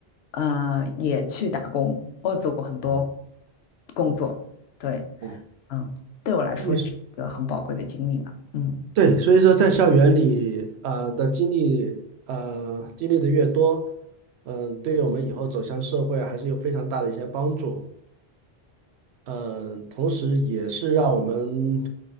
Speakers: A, on the left; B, on the right.
A: 呃，也去打工，我做过很多
B: 哦
A: 工作。对，
B: 哦，
A: 嗯，对我来说也是一个很宝贵的经历嘛。
B: 特别是。
A: 嗯。
B: 对，所以说在校园里，呃的经历，呃经历的越多，嗯、对于我们以后走向社会还是有非常大的一些帮助。嗯、同时也是让我们